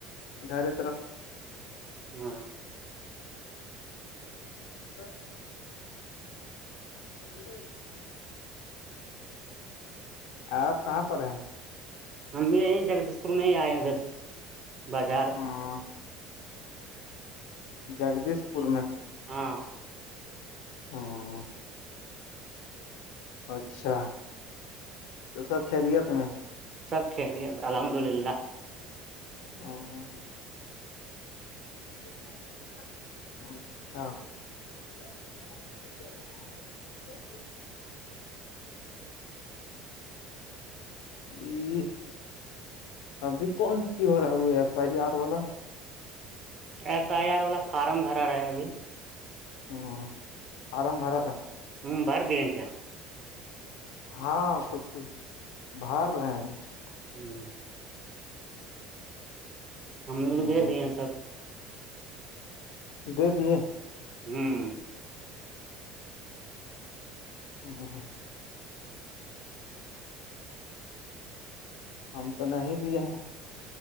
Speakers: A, on the left; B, on the right.
A: گھر طرف
B: ہاں
A: تو ج آپ کہاں پر ہیں
B: ہم بھی یہیں جگدیش پور میں ہی آئے ادھر بازار
A: ہوں جگدیش پور میں
B: ہاں
A: ہاں اچھا تو سب خیریت میں
B: سب کری الحمد للہ
A: اور اچھا ت یہ ابھی کون سی ہو رہا ہو ہے ایسا ہی آر والا
B: ایس آئی آر والا فارم بھرا رہا ہے ابھی
A: ہوں آرم بھر رہا
B: ہوں بار دی جچ
A: ہاں کچھ کچھ بر رہے ہیں اب
B: ہوں ہم لوگ
A: ہ
B: دے دیے ہیں سب
A: دے دیے
B: ہوں
A: ہ ہاں ہم تو نہیں دیے ہیں